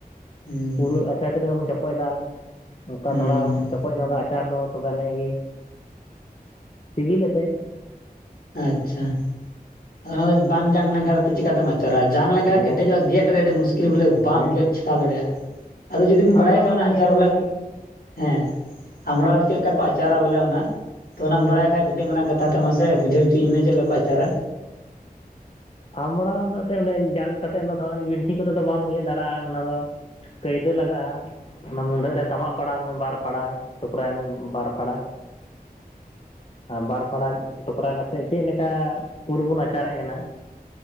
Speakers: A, on the left; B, on the left.
A: ᱦᱩᱸ
B: ᱩᱞ ᱟᱪᱟᱨ ᱪᱮᱫ ᱞᱮᱠᱟ ᱵᱚᱱ ᱪᱚᱯᱚᱡ ᱫᱟ ᱚᱱᱠᱟ
A: ᱦᱩᱸ
B: ᱛᱷᱚᱲᱟᱢ ᱪᱚᱯᱚᱡ ᱧᱚᱸᱜᱟ ᱟᱪᱟᱨ ᱫᱚ ᱛᱚᱵᱮ ᱟᱹᱱᱮᱡ ᱜᱮ ᱥᱤᱵᱤᱞ- ᱟ ᱥᱮ
A: ᱟᱪᱪᱷᱟ ᱟᱫᱚ ᱚᱱᱟ ᱫᱚ ᱵᱟᱝ ᱡᱟᱝ ᱞᱮᱱ ᱠᱷᱟᱡ ᱫᱚ ᱪᱤᱠᱟᱹ ᱛᱮᱢ ᱡᱟᱝ ᱞᱮᱱ ᱠᱷᱟᱡ
B: ᱦᱮᱸ
A: ᱠᱮᱴᱮᱡᱚᱜᱼᱟ ᱜᱮᱫ ᱨᱮ ᱟᱹᱰᱤ ᱢᱩᱥᱠᱤᱞ ᱵᱚᱞᱮ ᱵᱟᱢ
B: ᱦᱮᱸ
A: ᱜᱮᱫ ᱪᱷᱟᱲᱟᱣ ᱫᱟᱲᱮᱭᱟᱜᱼᱟ ᱟᱫᱚ ᱡᱩᱫᱤᱢ ᱵᱟᱲᱟᱭ
B: ᱟᱫᱚ
A: ᱠᱷᱟᱱ
B: ᱚᱱᱮ
A: ᱚᱱᱟ ᱟᱡᱪᱟᱨ
B: ᱤᱭᱟᱹ ᱨᱮ
A: ᱵᱚᱞᱮ
B: ᱚᱱᱮ
A: ᱦᱮᱸ ᱟᱢᱲᱟ ᱨᱮ ᱪᱮᱫ ᱞᱮᱠᱟ ᱠᱚ ᱟᱪᱟᱨᱟ ᱵᱚᱞᱮ ᱚᱱᱟ ᱛᱚ ᱚᱱᱟᱢ ᱵᱟᱲᱟᱭ ᱠᱷᱟᱡ ᱠᱟᱹᱴᱤᱡ ᱢᱟᱨᱟᱝ ᱠᱟᱛᱷᱟ ᱛᱮ ᱢᱟᱥᱮ ᱵᱩᱡᱷᱟᱹᱣ ᱚᱪᱚᱧ ᱢᱮ ᱪᱮᱫ ᱞᱮᱠᱟ ᱠᱚ ᱟᱪᱟᱨᱟ
B: ᱟᱢᱲᱟ ᱫᱚ ᱮᱱᱛᱮᱫ ᱚᱱᱮ ᱡᱟᱝ ᱠᱟ ᱠᱟᱛᱮᱫ ᱫᱚ ᱛᱷᱚᱲᱟ ᱵᱤᱱᱴᱷᱤ ᱠᱚᱛᱮ ᱫᱚ ᱵᱟᱢ ᱜᱮᱫ ᱫᱟᱲᱮᱭᱟᱜᱼᱟ ᱚᱱᱟ ᱫᱚ ᱠᱟᱹᱭᱫᱟᱹ ᱞᱟᱜᱟᱜ-ᱟ ᱚᱱᱟ ᱢᱩᱰᱟᱹᱫ ᱨᱮ ᱥᱟᱢᱟᱜ ᱯᱟᱲᱟᱣ ᱢᱮ ᱵᱟᱨ ᱯᱷᱟᱲᱟ ᱴᱚᱠᱨᱟᱭ ᱢᱮ ᱵᱟᱨ ᱯᱷᱟᱲᱟ ᱟᱨ ᱵᱟᱨ ᱯᱷᱟᱲᱟ ᱴᱚᱠᱨᱟ ᱠᱟᱛᱮᱫ ᱪᱮᱫ ᱞᱮᱠᱟ ᱩᱨ ᱵᱚᱱ ᱟᱪᱟᱨᱮ ᱠᱟᱱᱟ